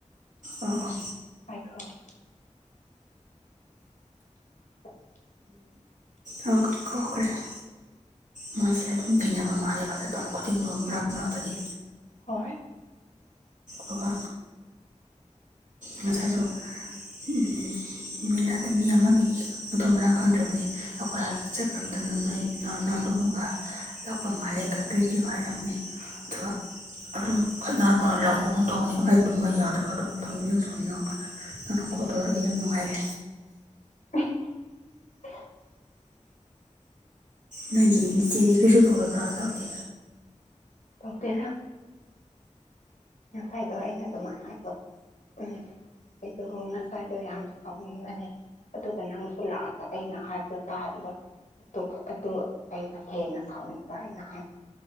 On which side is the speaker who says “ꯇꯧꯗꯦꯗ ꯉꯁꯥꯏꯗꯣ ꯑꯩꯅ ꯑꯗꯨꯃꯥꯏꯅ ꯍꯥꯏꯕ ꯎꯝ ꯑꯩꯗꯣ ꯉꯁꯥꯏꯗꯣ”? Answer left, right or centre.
Left